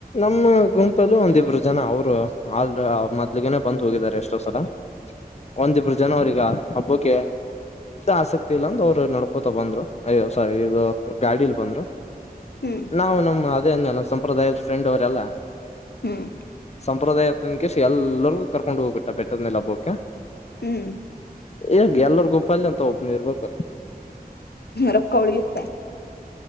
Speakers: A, on the left; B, on the left.
A: ಮ್ಮ ಗುಂಪಲು ಒಂದಿಬ್ರು ಜನ ಅವ್ರು ಆಲ್ ಮೊದ್ಲುಗೆನೆೇ ಬಂದು ಹೋಗಿದ್ದಾರೆ ಎಷ್ಟೋ ಸಲ ಒಂದಿಬ್ರು ಜನ ಅವ್ರಿಗೆ ಹಬ್ಬುಕೆ ಆಸಕ್ತಿ ಇಲ್ಲಂದ ಅವ್ರೆ ನೋಡ್ಕೋತ ಬಂದ್ರು ಅಯ್ಯೋ ಸಾರಿ ಇದು ಗಾಡಿಲ್ ಬಂದ್ರು
B: ಹ್ಮ್
A: ನಾವು ನಮ್ಮ ದೆ ಅಂದ್ನಲ್ಲ ಸಂಪ್ರದಾಯದ ಫ್ರೆಂಡು ದೆಲ್ಲಾ
B: ಹ್ಮ್
A: ಸಂಪ್ರದಾಯದ ತನ್ಕೇಶ್ ಎಲ್ಲರ್ಗೂ ಕರ್ಕೊಂಡ್ ಹೋಗ್ಬಿಟ್ಟ ಬೆಟ್ಟದ್ ಮೇಲ್ ಹಬ್ಬುಕ್ಕೆ
B: ಹ್ಮ್
A: ಈಗ್ ಎಲ್ಲರ್ ಗುಂಪಲ್ಲಿ ಅಂತ ಒಬ್ನ ಇರ್ಬೇಕು
B: ರೊಕ್ಕ ಉಳಿಯುತ್ತೆ